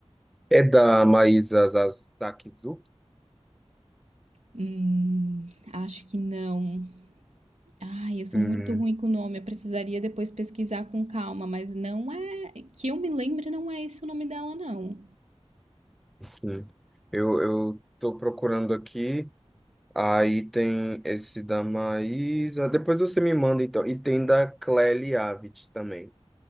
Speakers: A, in the centre; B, on the right.
A: É da Maísa Zakizuki?
B: Hum, acho que não. Ai, eu sou
A: Hum,
B: muito ruim com o nome. Eu precisaria depois pesquisar com calma, mas não é. Que eu me lembre, não é esse o nome dela, não.
A: sim. Eu, eu tô procurando aqui. Aí tem esse da Maísa. Depois você me manda, então. E tem da Clélia Avid também.